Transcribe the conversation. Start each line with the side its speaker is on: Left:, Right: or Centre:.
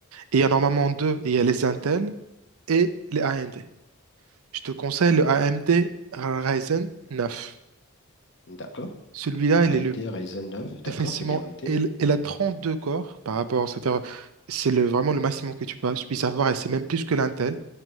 Right: Et il y en a normalement deux, il y a les Intel et les AMD. Je te conseille
Left: Oui.
Right: le AMD Ryzen 9.
Left: D'accord.
Right: Celui-là,
Left: AMD
Right: il est le
Left: Ryzen neuf,
Right: Effectivement,
Left: d'accord, c'est bien noté.
Right: elle, elle a deux corps par rapport, c'est-à-dire, c'est le- vraiment le maximum que tu, peux- tu puisses avoir et c'est même plus que l'Intel.